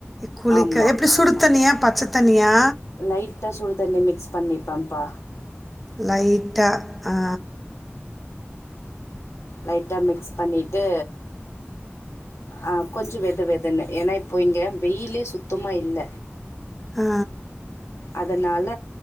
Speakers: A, in the centre; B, on the left.
A: குளிக்க
B: ஆமாம்
A: எப்டி சுடு தண்ணியா பச்ச தண்ணியா
B: லைட்டாக சுடு தண்ணி மிக்ஸ் பண்ணிப்பன்ப்பா
A: லைட்டா ஆ
B: லைட்டா மிக்ஸ் பண்ணிட்டு ஆ கொஞ்சோ வெது வெதுன்னு ஏன்னா இப்ப இங்க வெயிலே சுத்தமா இல்ல
A: ஆ
B: அதுனால